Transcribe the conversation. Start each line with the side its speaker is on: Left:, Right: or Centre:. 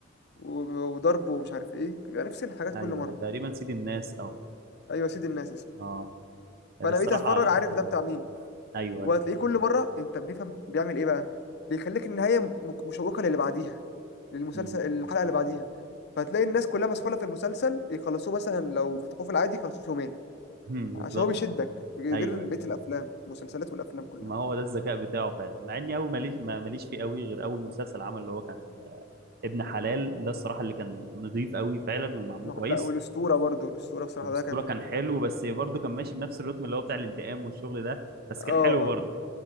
Left: و... وضرب ومش عارف ايه بيبقى نفس الحاجات
Right: أيوه
Left: كل مرة
Right: أيوه تقريبا سيد الناس أو
Left: ايوه سيد الناس اسمه
Right: آه الصراحة
Left: فانا بقيت اتفرج عارف
Right: مم.
Left: ده بتاع مين
Right: أيوه
Left: وهتلاقيه
Right: أيوه
Left: كل مرة انت بيفهم بيعمل ايه بقى بيخليك النهاية م- مشوقة للي بعديها للمسلسل
Right: مم.
Left: الحلقة اللي بعديها فهتلاقي الناس كلها مسحولة في المسلسل يخلصوه مثلا لو فتحوه في العادي يخلصوه في يومين
Right: مم.
Left: عشان
Right: بالظبط
Left: هو بيشدك غير
Right: أيوه أيوه
Left: بقية الأفلام المسلسلات والأفلام كلها
Right: ما هو ده الذكاء بتاعه فعلا مع إني أول ماليش ما- ماليش فيه قوي غير أول مسلسل عمل اللي هو كان ابن حلال ده الصراحة اللي كان نضيف قوي فعلا ومعمول كويس
Left: لا والأسطورة برضو الأسطورة بصراحة
Right: الأسطورة
Left: ده كان
Right: كان حلو بس برضه كان ماشي بنفس الريتم اللي هو بتاع الانتقام والشغل ده بس
Left: اه
Right: كان حلو برضه
Left: اه